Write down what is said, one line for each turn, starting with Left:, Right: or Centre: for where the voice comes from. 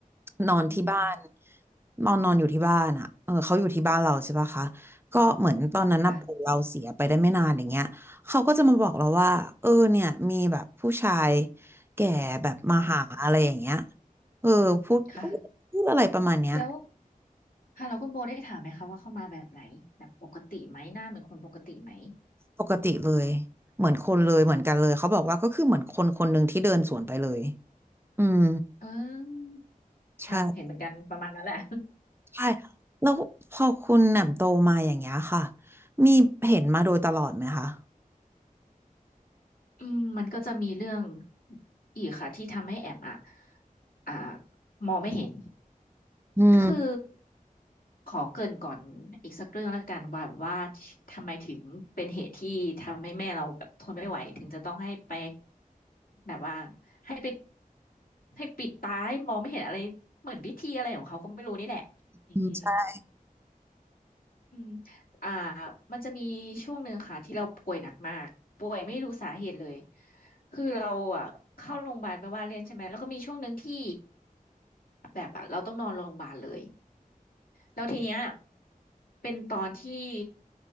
Right: นอนที่บ้าน
Left: อืม
Right: นอนนอนอยู่ที่บ้านอ่ะเออเขาอยู่ที่บ้านเราใช่ปะคะก็เหมือนตอนนั้นน่ะปู่เราเสียไปได้ไม่นานอย่างเงี้ยเขาก็จะมาบอกเราว่าเออเนี่ยมีแบบผู้ชาย
Left: ค่ะ
Right: แก่แบบมาหาอะไรอย่างเงี้ยเออพูดพูด
Left: ค่ะ
Right: พูดอะไรประมาณเนี้ย
Left: แล้วค่ะแล้วคุณโบได้ถามไหมคะว่าเข้ามาแบบไหนแบบปกติไหมหน้าเหมือนคนปกติไหม
Right: ปกติเลยเหมือนคนเลยเหมือนกันเลยเขาบอกว่าก็คือเหมือนคนคนหนึ่งที่เดินสวนไปเลยอืม
Left: เออ
Right: ใช่
Left: ค่ะเห็นเหมือนกันประมาณนั้นแหละ
Right: ใช่แล้วพอคุณแหม่มโตมาอย่างเงี้ยค่ะมีเห็นมาโดยตลอดไหมคะ
Left: อืมมันก็จะมีเรื่องอีกค่ะที่ทำให้แอมอ่ะอ่ามองไม่เห็น
Right: อืม
Left: คือขอเกริ่นก่อนอีกสักเรื่องแล้วกันว่าแบบว่าทำไมถึงเป็นเหตุที่ทำให้แม่เราแบบทนไม่ไหวถึงจะต้องให้ไปแบบว่าให้ไปให้ปิดตาให้มองไม่เห็นอะไรเหมือนพิธีอะไรของเขาก็ไม่รู้นี่แหละอืม
Right: อืมใช่
Left: อืมอ่ามันจะมีช่วงหนึ่งค่ะที่เราป่วยหนักมากป่วยไม่รู้สาเหตุเลยคือเราอ่ะเข้าโรงพยาบาลไปว่าเล่นใช่ไหมแล้วก็มีช่วงหนึ่งที่แบบอ่ะเราต้องนอนโรงพยาบาลเลย แล้วทีเนี้ยเป็นตอนที่